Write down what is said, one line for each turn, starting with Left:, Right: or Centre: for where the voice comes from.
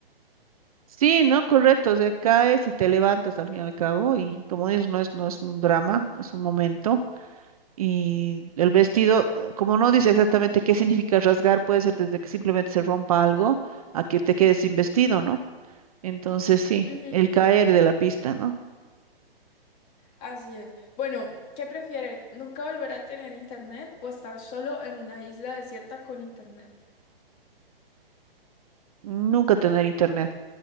Right: Sí, ¿no? Correcto. O sea, caes y te levantas al fin y al cabo. Y como dices, no es, no es un drama, es un momento. Y el vestido, eh, como no dice exactamente qué significa rasgar, puede ser desde que simplemente se rompa algo a que te quedes sin vestido, ¿no? Entonces, sí,
Left: Ujú,
Right: el caer de la pista, ¿no?
Left: Así es. Bueno, ¿qué prefieres? ¿Nunca volver a tener internet o estar solo en una isla desierta con internet?
Right: Nunca tener internet.